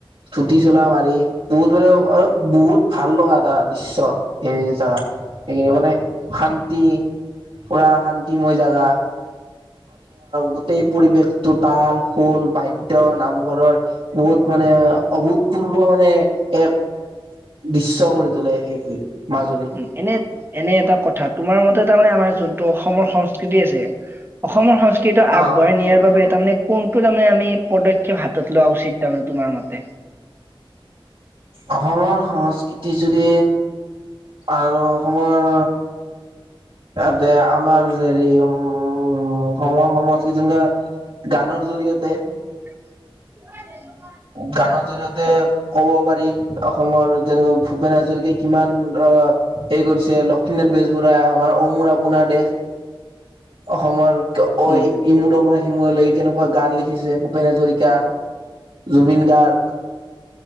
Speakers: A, on the right (about 65°); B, on the right (about 25°).
A: ধুতি চোলা মাৰি, বহুতৰে বহুত ভাল লগা এটা দৃশ্য, এই জাগাত এইখিনি মানে শান্তি পুৰা শান্তিময় জাগা। গোটেই পৰিৱেশটো, তাল খোল, বাদ্য নামঘৰৰ বহুত মানে অভূতপূৰ্ব মানে, এক দৃশ্য কৰি তোলে! সেই মাজুলী।
B: উম এনে এনে এটা কথা তোমাৰ মতে তাৰমানে আমাৰ যোনটো অসমৰ সংস্কৃতি আছে। অসমৰ সংস্কৃতি কেইটা আগবঢ়াই
A: আহ
B: নিয়াৰ বাবে তাৰমানে কোনটো তাৰমানে আমি পদক্ষেপ হাতত লোৱা উচিত তাৰমানে তোমাৰ মতে?
A: অসমৰ সংস্কৃতি যদি আৰু অসমৰ তাতে আমাৰ হেৰি উম, সম সমষ্টিৰ <unintelligible> গানৰ জৰিয়তে
B: <inaudible>
A: গানৰ জৰিয়তে ক'ব পাৰি, অসমৰ যেনেকৈ ভূপেন হাজৰিকাই কিমান অ' সেই কৰিছে। লক্ষ্মীনাথ বেজবুজবৰুৱাই, অ' মোৰ আপোনাৰ দেশ। অসমৰ অ'
B: উম
A: ইমূ ইমূৰৰ পৰা সিমূৰলৈ কেনেকুৱা গান লিখিছে ভূপেন হাজৰিকা জুবিন গাৰ্গ।